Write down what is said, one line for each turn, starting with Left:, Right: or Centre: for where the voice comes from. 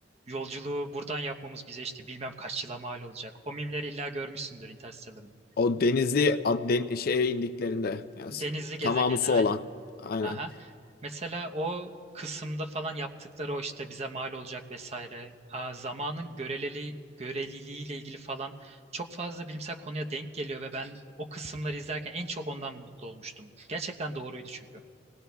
Right: yolculuğu buradan yapmamız bize işte bilmem kaç yıla mal olacak. O mimleri illa görmüşsündür Interstellar'ın.
Left: O denizli ad- den- şeye indiklerinde yani
Right: Denizli gezegene
Left: tamamı su
Right: aynen.
Left: olan. Aynen.
Right: Aha. Mesela o kısımda falan yaptıkları o işte bize mal olacak vesaire. Aa, zamanın göreleli, göreliliği ile ilgili falan çok fazla bilimsel konuya denk geliyor ve ben o kısımları izlerken en çok ondan mutlu olmuştum. Gerçekten doğruydu çünkü.